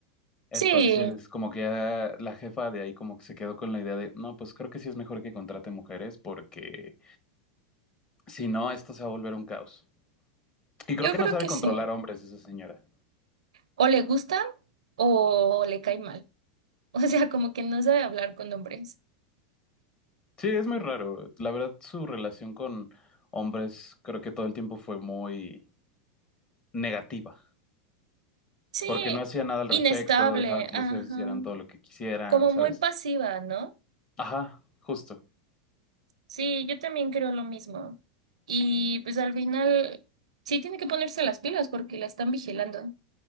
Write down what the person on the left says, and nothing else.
Entonces,
como que ya la jefa de ahí como que se quedó con la idea de, no, pues creo que sí es mejor que contrate mujeres porque si no, esto se va a volver un caos. Y creo
que
no sabe
controlar
hombres esa señora.
Sí, es muy raro. La verdad, su relación con hombres creo que todo el tiempo fue muy negativa,
porque no hacía nada al respecto,
dejaba que
los hijos hicieran todo lo que quisieran,
¿sabes?
Ajá, justo.